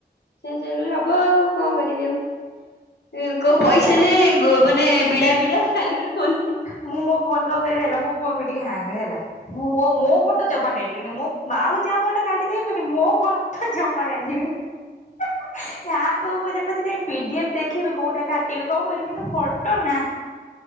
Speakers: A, on the left (about 75°); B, on the left (about 45°).
A: ଚେଞ୍ଜ ହେଇଗଲେ ହବ ଆଉ କଣ କରିବି ଆଉ କୋଉ
B: ମୋ
A: ପଇସା
B: ଫୋନ
A: ଜେ ଗୋ ମାନେ ବିଡା ବିଡା ଖାଲି ଗୋଟେ ଫୋନ
B: ମୁଁ ମୋ ଫୋନ୍ କଣ କରିବି ହେଲା ମୋ ଫୋନ୍ ବି ଟିକେ ହ୍ୟାଙ୍ଗ ହେଲା ମୁଁ ମୋ ମୋ
A: ନେଇଆସିବି।
B: ଫଟୋ ଜମାଛାଡିବିନି ମୁଁ ବାଉ ଯାହା ଫଟୋ କାଟିିଦେବି ପଛେ ମୋ ଫଟୋ ଜମା କାଟିବିନି। ହ୍ୟାଙ୍ଗେ ହଉ ପଛେ ପଛେ ଯାଇକି ପି ଡି ଏଫ୍ ଦେଖିବି କୋଉଟା କାଟିବି କଣ କରିବି କିନ୍ତୁ ଫଟ। ତ ନା।